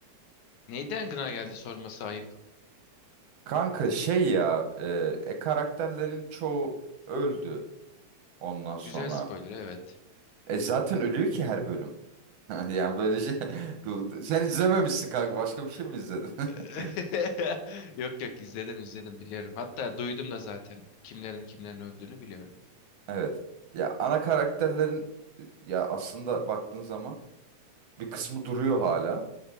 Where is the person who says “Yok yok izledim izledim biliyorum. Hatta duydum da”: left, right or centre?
Left